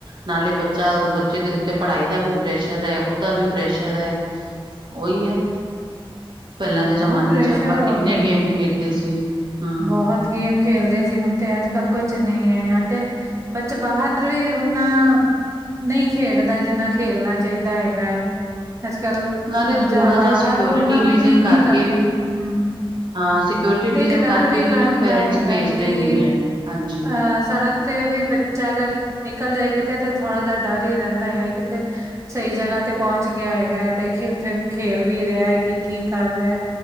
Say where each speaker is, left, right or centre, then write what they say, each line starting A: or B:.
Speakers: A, on the right (about 55°); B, on the right (about 30°).
A: ਨਾਲੇ ਬਚ ਬੱਚਾ ਬੱਚੇ ਦੇ ਉੱਤੇ ਪੜ੍ਹਾਈ ਦਾ ਵੀ ਪ੍ਰੈਸ਼ਰ ਹੈ। ਉਹਦਾ ਵੀ ਪ੍ਰੈਸ਼ਰ ਹੈ ਉਹੀ ਹੈ। ਪਹਿਲਾਂ ਦੇ ਜ਼ਮਾਨੇ
B: ਬਹੁਤ ਪ੍ਰੈਸ਼ਰ
A: ਚ ਆਪਾਂ
B: ਹੋ
A: ਕਿੰਨੇ
B: ਗਿਆ
A: ਗੇਮ ਖੇਡਦੇ ਸੀ। ਹਮ
B: ਬਹੁਤ ਗੇਮ ਗੇਮ ਖੇਲਦੇ ਸੀ। ਹੁਣ ਤੇ ਅੱਜ ਕੱਲ੍ਹ ਕੁਛ ਨਹੀਂ ਏ, ਜਾਂ ਤੇ ਬੱਚੇ ਬਾਹਰ ਵੀ ਉਹਨਾਂ। ਨਹੀਂ, ਖੇਡਦਾ ਜਿੰਨਾ ਖੇਲਣਾ ਚਾਹੀਦਾ ਹੈਗਾ। ਅੱਜ ਕੱਲ
A: ਨਾਲੇ
B: ਬੰਚਾ
A: ਥੋੜਾ ਜਿਹਾ
B: ਬਾਹਰ
A: ਸਿਕਿਓਰਿਟੀ
B: ਓਨਾ
A: ਰੀਜ਼ਨ
B: ਵੀ ਨਹੀਂ ਨਿਕਲਦੇ।
A: ਕਰਕੇ ਵੀ
B: ਹੂੰ
A: ਹਾਂ ਸਿਕਿਓਰਿਟੀ ਰੀਜ਼ਨ
B: ਨਹੀਂ, ਇੱਕ ਡਰ
A: ਕਰਕੇ
B: ਵੀ ਲੱਗਦਾ
A: ਨਾ ਪੇਰੈਂਟਸ
B: ਹੈਗਾ
A: ਭੇਜਦੇ
B: ਹੈ। ਕਿ
A: ਨਹੀਂ ਹੈ ਹਾਂਜੀ
B: ਅਹ, ਸੜਕ ਤੇ ਵੀ ਬੱਚਾ ਅਗਰ ਨਿਕਲ ਜਾਏ ਕਿਤੇ ਤੇ ਥੋੜ੍ਹਾ ਜਿਹਾ ਡਰ ਹੀ ਰਹਿੰਦਾ ਹੈਗਾ, ਕਿਤੇ ਸਹੀ ਜਗ੍ਹਾ ਤੇ ਪਹੁੰਚ ਗਿਆ ਹੈਗਾ, 'ਤੇ ਉੱਥੇ ਖੇਲ ਵੀ ਰਿਹਾ ਹੈ, ਕਿ ਕੀ ਕਰ ਰਿਹਾ